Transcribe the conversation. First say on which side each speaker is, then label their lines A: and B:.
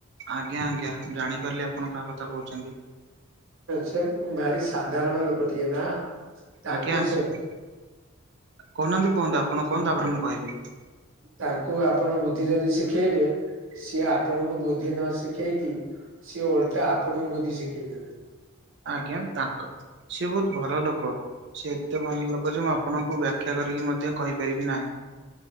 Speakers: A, on the right; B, on the right.
A: ଆଜ୍ଞା ଆଜ୍ଞା ଜାଣିପାରିଲି ଆପଣ କାହା କଥା କହୁଛନ୍ତି।
B: କିନ୍ତୁ ଭାରି ସାଧାରଣ ଲୋକଟିଏ ନା? ତାଙ୍କୁ
A: ଆଜ୍ଞା ଆସିବି,
B: ସେ
A: କହୁନାହାନ୍ତି କୁହନ୍ତୁ ଆପଣ କୁହନ୍ତୁ ତାପରେ ମୁଁ କହିବି।
B: ତାଙ୍କୁ ଆପଣ ବୁଦ୍ଧି ଯଦି ଶିଖେଇବେ ସିଏ ଆପଣଙ୍କୁ ବୁଦ୍ଧି ନ ଶିଖେଇକି, ସିଏ ଓଲଟା ଆପଣଙ୍କୁ ବୁଦ୍ଧି ଶିଖେଇ ଦେବେ।
A: ଆଜ୍ଞା ତାଙ୍କ, ସିଏ ବହୁତ ଭଲ ଲୋକ। ସେ ଏତେ ଭଲ ଲୋକ ଯେ ମୁଁ ଆପଣଙ୍କୁ ବାଖ୍ୟା କରିକି ମଧ୍ୟ କହିପାରିବି ନାହିଁ।